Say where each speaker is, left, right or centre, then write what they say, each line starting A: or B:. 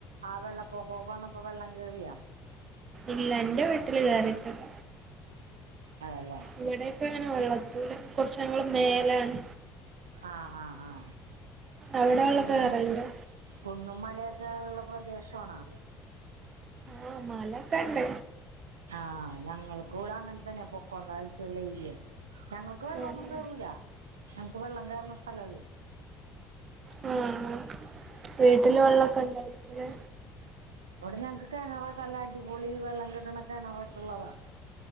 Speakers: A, on the right; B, on the right.
A: ആഹ് വെള്ളപ്പൊക്കൊക്കെ വന്നപ്പോ വെള്ളംകേറിയോ
B: ഇല്ല എന്റെ വീട്ടില് കേയറിട്ടില്ല.
A: അതെല്ലേ
B: ഇവിടെക്കെ ങ്ങനെ വെള്ളത്തൂല. കൊറച്ച് ഞങ്ങള് മേലാണ്.
A: ആഹ് ആഹ് ആഹ്.
B: അവിടെ
A: അപ്പൊ
B: വെള്ളം
A: കുന്നും
B: കേറലുണ്ടോ
A: കുന്നും മല- <unintelligible> പ്രദേശാണോ
B: ആഹ് മലൊക്കെ ഇണ്ട്
A: ആഹ് ഞങ്ങൾക്കൂടെ അങ്ങനെ തന്നെ പൊക്കോതാഴിച്ചേള്ള ഏരിയെ ഞങ്ങക്ക് വെള്ളൊന്നും
B: ആഹ്
A: കേറൂല ഞങ്ങക്ക് വെള്ളം കേറ്ണ സ്ഥലോല്ല
B: ആഹ് വീട്ടില് വെള്ളൊക്ക ഉണ്ടായിരിക്കൂലെ
A: ഞങ്ങ്ക്ക് കെണറക്കെ നല്ല അടിപൊളി വെള്ളം കിട്ട്ണ കെണറൊക്കെള്ളതാ